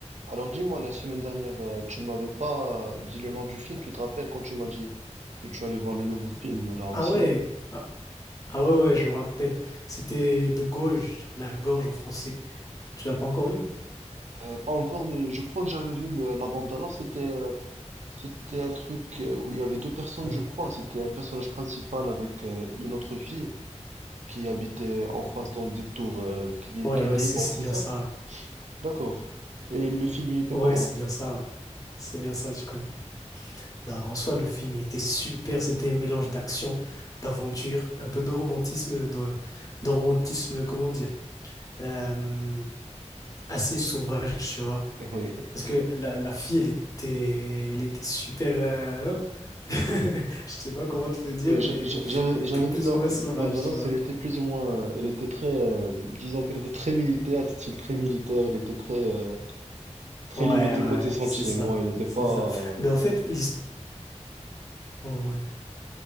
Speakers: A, on the right; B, on the left.
A: Alors dis-moi, la semaine dernière, euh, tu m'avais pas euh, dit le nom du film, tu te rappelles quand tu m'as dit que tu allais voir le nouveau film euh, là au
B: Ah
A: ciné?
B: ouais, ah, ah ouais, ouais, je me rappelle. C'était de gorge, la gorge en français. Tu l'as pas encore vu?
A: Euh, pas encore, mais je crois que j'avais vu le- la bande-annonce, c'était euh, c'était un truc euh, où il y avait deux personnes,
B: Euh,
A: je crois. C'était un personnage principal avec euh, une autre fille qui habitait en face dans des tours euh, qui,
B: Ouais,
A: qui étaient
B: ouais, c'est
A: immenses,
B: c'est bien
A: c'est ça?
B: ça, ouais.
A: D'accord. Et le film, il était
B: Ouais,
A: comment?
B: c'est bien ça, ouais. C'est bien ça, tu connais. Bah, en soi, le film, il était super. C'était un mélange d'action, d'aventure, un peu de romantisme, de, de romantisme, comment dire, euh, assez sauvage, tu vois.
A: Oui.
B: Parce que la, la fille, elle était, elle était super. euh, <laughs> Je sais pas comment te le dire,
A: Oui, j'a-
B: mais
A: j'a- j'avais
B: elle était
A: j'avais
B: plus
A: vu dans
B: ou moins sauvage,
A: Bandanos,
B: tu vois.
A: elle était plus ou moins, euh, elle était très, euh, disons qu'elle était très militaire, style très militaire, elle était très, euh, très
B: Ouais,
A: limitée
B: ouais,
A: côté sentiments,
B: c'est ça,
A: elle n'était
B: c'est
A: pas.
B: ça.
A: euh,
B: Mais en fait, l'histoire... Ouais,